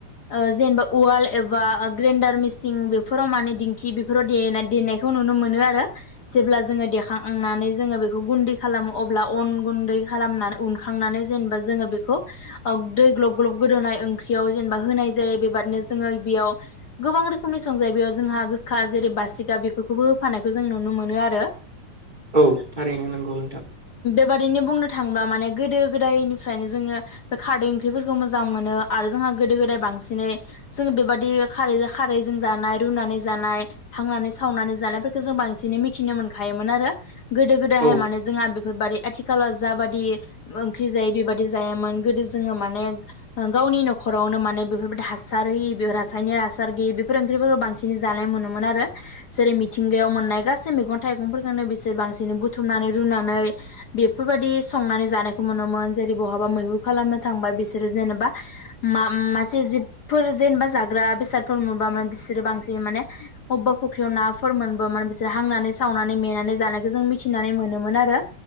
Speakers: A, on the left; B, on the right.
A: ओ-जेनेबा उवाल एबा ग्रेन्डार मेसिन बेफोराव माने दिंखि बेफोराव देनायखौ नुनो मोनो आरो जेब्ला जोङो देखांनानै जोङो बेखौ गुन्दै खालामो अब्ला अन गुन्दै खालामनानै उनखांनानै जेनेबा जोङो बेखौ दै ग्लब ग्लब गोदौनाय ओंख्रियाव जेनेबा होनाय जायो। बेबादिनो जोङो बेयाव गोबां रोखोमनि संजायो बेयाव जोंहा गोखा जेरै बासिबार बेफोरखौबो होफानायखौ जों नुनो मोनो आरो।
B: औ थारैनो नांगौ नोंथां।
A: बेबाददिनो बुंनो थाङोब्ला माने गोदो गोदायनिफ्रायनो जोङो बे खारदै ओंख्रिफोरखौ मोजां मोनो आरो जोंहा गोदो गोदाय बांसिन। सिनै जोङो बेबादि खारै खारैजों जानाय रुनानै जानाय हांनानै सावनानै जानायफोरखौ जों बांसिनै मिथिनो मोनखायोमोन आरो गोदो गोदायहाय
B: औ
A: माने जोंहा बेफोरबायदि आथिखाल। आथिखालाव जाबादि ओंख्रि जायो बेबादि जायामोन गोदो जोङो माने गावनि न'खरावनो माने बेफोरबायदि हासारि बे रासायनिक हासार गैयि बेफोर ओंख्रिफोरखौ बांसिन जानाय मोनोमोन आरो। जेरै मिथिंगायाव मोननाय गासै मैगं। थाइगंफोरखौनो बिसोर बांसिन बुथुमनानै रुनानै बेफोरबायदि संनानै जानायखौ मोनो <unintelligible> जेरै बहाबा मैहुर खालामनो थांबाय बिसोरो जेनेबा मासे जिबि। फोर जेनेबा जाग्रा बेसादफोर मोनबा बिसोरो बांसिन माने अबेबा फुख्रियाव नाफोर मोनबा माने बिसोर हांनानै सावनानै मेनानै जानायखौ जों मिथिनानै मोनोमोन आरो।